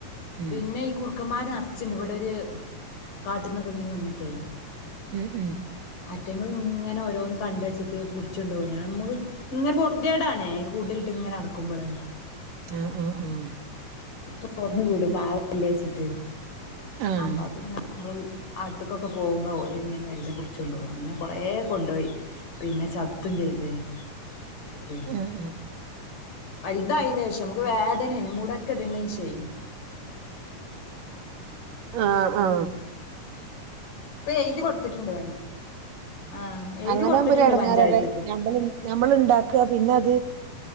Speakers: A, on the right; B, on the left.
A: ഉം
B: പിന്നെ ഈ കുറുക്കന്മാർ നർച്ച് ച്ച്ണ്ട് ഇവടെ ഒരു കാട്ട്ന്ന് ഒക്കെ ഇങ്ങനെ വന്ന്ട്ടെ
A: ഉം ഉം
B: ഇറ്റങ്ങൾ ഇങ്ങനെ ഓരോന്ന് കണ്ട് വെച്ചിട്ട് പുട്ച്ച് കൊണ്ടോവും നമ്മൾ ഇങ്ങനെ പോർധിയേഡ് ആണ് കൂട്ടിൽ ഇട്ട് ഇങ്ങനെ അടക്കുമ്പളെ
A: ആ ആ ആ
B: തുറന്ന് വിടും പാവല്ലെന്ന് ച്ച്ട്ട്
A: ആഹ്
B: അപ്പൊ അത് ഇങ്ങനെ നമ്മൾ ഉ ആർത്ത്ക്കോ പോവുമ്പോ ഓല് ഇങ്ങനെ മെല്ലെ പുട് ച്ച് കൊണ്ടോവാഅങ്ങനെ കൊറേ കൊണ്ടോയി പിന്നെ ചത്തും ചെയ്തു ഏ റ്റെ
A: ആഹ് ആഹ് ആഹ്
B: വല്തായീന്റെ ശേഷം നമ്മക്ക് വേദന ആണ് മുട ഒക്കെ ഇട്ണ ശേഷം
A: ആ ആ
B: ഇപ്പൊ എഴുതി കൊടുത്തിട്ടുണ്ട് ആഹ് എഴുതി
A: അങ്ങനെ
B: കൊടുത്തിട്ടുണ്ട്
A: ആവുമ്പോ ഒരിടങ്ങേരാണ്
B: പഞ്ചായത്ത്ക്ക്
A: നമ്മൾ ഇണ്ടാക്കാ പിന്നെ അത്